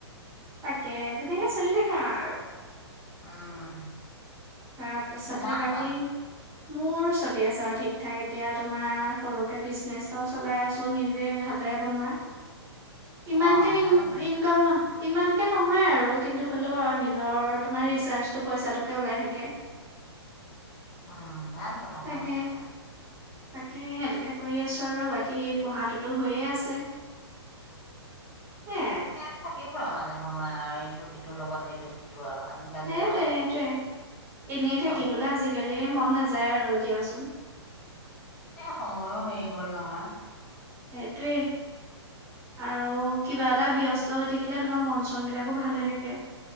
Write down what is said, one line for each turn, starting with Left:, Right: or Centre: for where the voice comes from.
Right: তাকেই, তেনেকেই চলি থাকা আৰু,
Left: উম,
Right: তাৰপিছতে
Left: তোমাৰ
Right: বাকী
Left: কোৱা
Right: মোৰ চলি আছো আৰু ঠিক-থাক, এতিয়া তোমাৰ সৰুকে বিজনেছ এটাও চলাই আছোঁ, নিজে বনোৱা, ইমানকে
Left: অ ভাল
Right: ইন-ইনকম
Left: কৰিছা
Right: ন ইমানকে নহয় আৰু, কিন্তু হ'লেও আৰু নিজৰ তোমাৰ ৰিচাৰ্জটো পইচটোকে ওলাই থাকে।
Left: উম, ভাল কথা।
Right: তাকেহে,
Left: ভাল কথা
Right: তাকেই সেইটোকে কৰি আছো আৰু, বাকী পঢ়াতোটো হৈয়েই আছে। সেয়াই
Left: সেইয়াটো থাকিবই আৰু মাজে সময়ে আৰু এইটো সিটোৰ লগত, সেইটো সিটো আৰু আজি কালি
Right: সেইটোৱে
Left: আৰু
Right: সেইটোৱে এনেই থাকিবলৈ,
Left: চবৰে লগত
Right: আজিকালি মন নাযায় আৰু দিয়াচোন।
Left: এই সময়ো মেইন হ'ল নহয়।
Right: এইটোৱেই। আৰু কিবা এটাত ব্যস্ত হৈ থাকিলে, তোমাৰ মন, চন বিলাকো ভাল হৈ থাকে।